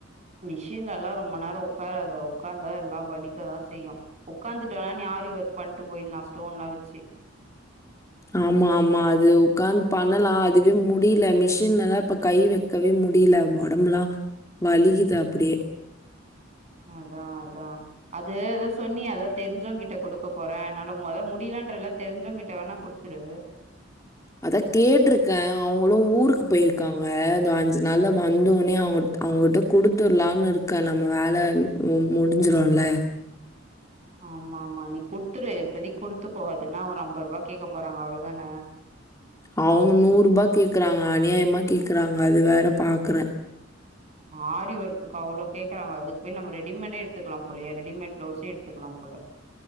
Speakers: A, on the right; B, on the left.
A: மிஷின்லல்லா ரொம்ப நேரோ உக்காராத உக்காந்தா எல்லா வலிக்கதா செய்யு உக்காந்துட்டு வேனா நீ ஆரி ஒர்க் பண்ட்டு போயிடலா ஸ்டோன்ல்லா வெச்சு
B: ஆமாமா அது உக்காந் பண்ணலா அதுவே முடில மிஷின்லதா இப்ப கை வெக்கவே முடில ஓடம்பெல்லா வலிக்குது அப்டியே
A: அதா அதா அது எதோ சொன்னியே அதா தெரிஞ்சவங்கிட்ட குடுக்க போற என்னால மொத முடிலன்றல்ல தெரிஞ்சவங்கிட்ட வேணா கு டுத்துரு
B: அதா கேட்டிருக்கேன் அவுங்களு ஊருக்கு போயிருக்காங்க இதோ அஞ்சு நாள்ல வந்தொன்னயே அவு அவுங்கிட்ட குடுத்ர்லான்னு இருக்க நம்ம வேல மு முடுஞ்சிருல்ல
A: ஆமாமா நீ குத்துரு இப்பதிக்கு குடுத்துக்கோ அதுனா ஒரு அம்பது ரூபா கேக்க போறாங்க அவ்ளதான
B: அவங்க நூறு ரூபா கேக்குறாங்க அநியாயமா கேக்குறாங்க அது வேற பாக்குறே
A: ஆரி ஒர்க்குக் அவ்ளோ கேக்குறாங்க அதுக்கு போய் நம்ம ரெடிமேட்டே எடுத்துக்கலாம் போலையே ரெடிமேட் ப்ளவ்ஸே எடுத்துக்கலாம் போல